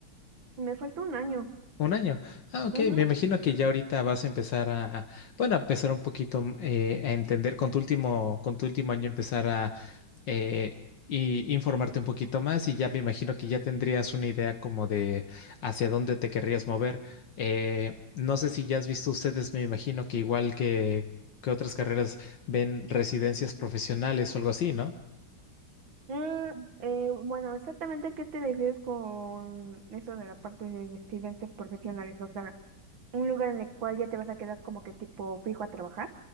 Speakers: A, on the right; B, on the left.
A: Me falta un año.
B: Un año. Ah, ok.
A: Ujú.
B: Me imagino que ya ahorita vas a empezar a, bueno, a empezar un poquito mm, eh, a entender con tu último, con tu último año empezar a eh, y informarte un poquito más y ya me imagino que ya tendrías una idea como de hacia dónde te querrías mover. Eh, no sé si ya has visto ustedes, me imagino que igual que, que otras carreras ven residencias profesionales o algo así, ¿no?
A: Mm, eh, bueno, exactamente qué te refieres con eso de la parte de residencias profesionales, o sea, un lugar en el cual ya te vas a quedar como que tipo fijo a trabajar.